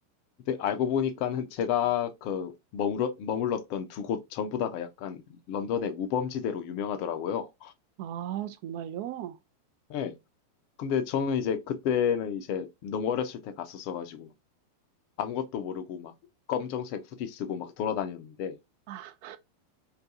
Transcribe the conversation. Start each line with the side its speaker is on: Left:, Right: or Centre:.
Left: 근데 알고 보니까는 제가 그 머물러, 머물렀던 두 곳 전부 다가 약간 런던의 우범지대로 유명하더라고요.
Right: 아, 정말요?
Left: 예. 근데 저는 이제 그때는 이제 너무 어렸을 때 갔었어가지고 막 아무것도 모르고 막 검정색 후디 쓰고 막 돌아다녔는데,
Right: 아,